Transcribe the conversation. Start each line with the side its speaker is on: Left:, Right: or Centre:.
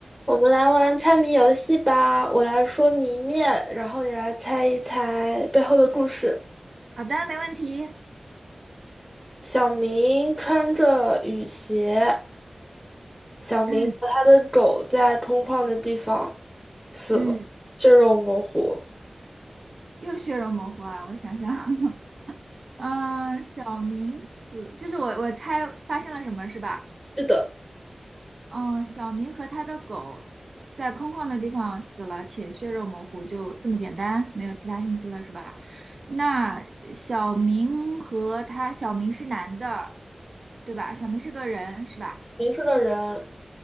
Centre: 我们来玩猜谜游戏吧，我来说谜面，然后你来猜一猜背后的故事。
Right: 好的，没问题。
Centre: 小明穿着雨鞋，小明和他的狗在空旷的地方
Right: 嗯
Centre: 死了，
Right: 嗯，
Centre: 血肉模糊。
Right: 又血肉模糊啊！我想想，<laughs> 嗯、小明死，就是我我猜发生了什么是吧？
Centre: 是的，
Right: 嗯、小明和他的狗在空旷的地方死了，且血肉模糊，就这么简单，没有其他信息了是吧？那小明和他，小明是男的，对吧？小明是个人是吧？
Centre: 迷是个人，